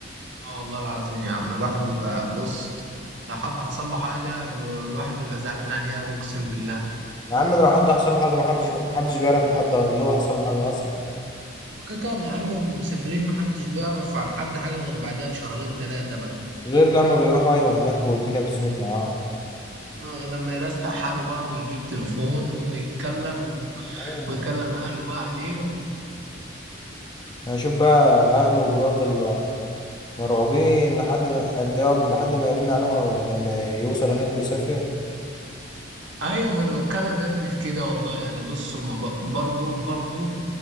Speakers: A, on the right; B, on the left.
A: اه والله العظيم يا عم الواحد بيبقى بص لو حد حصل له حاجه بيبقى- الواحد بيبقى زعلان عليه أوي اقسم بالله
B: يا عم ده لو حد حصل له حاجه ما حدش ما حدش بيعرف لحد اللي هو حصل له حاجه اصلا
A: هو كده كده يا عم هم مسافرين محدش بيعرف عن حد حاجة غير بعدها بشهرين تلاتة بقى
B: غير لما بيروحوا ايوه هناك والدنيا بتظبط معاهم
A: آه، غير لما يرستق حاله بقى ويجيب تليفون ويتكلم
B: آه.
A: ويكلم أهله بقى عليه و...
B: هشوف بقى اهله بيفضل مرعوبين لحد ما قد إيه عقب- لحد ما يرن عليهم او لما يوصل هناك ويسافر
A: أيوة ما أنا بتكلم يا ابني في كده والله يعني بص هما ب- برضو برضو